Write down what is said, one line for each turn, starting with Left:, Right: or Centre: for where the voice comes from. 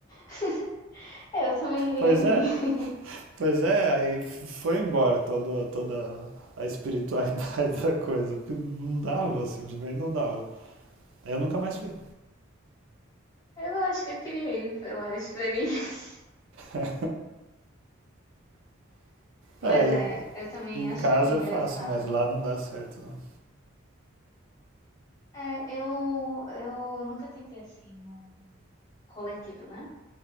Left: <laughs> Eu também iria
Right: Pois
Left: rir.
Right: é, pois é, aí foi embora toda, toda a espiritualidade <laughs> da coisa, porque não dava, simplesmente não dava. Eu nunca mais fui.
Left: <laughs> Eu acho que eu criei pela experiência.
Right: <laughs>
Left: Mas
Right: É,
Left: é,
Right: e-
Left: eu também
Right: e em
Left: acharia
Right: casa
Left: engraçado.
Right: eu faço, mas lá não dá certo. Não.
Left: É, eu, eu nunca tentei assim no coletivo, né?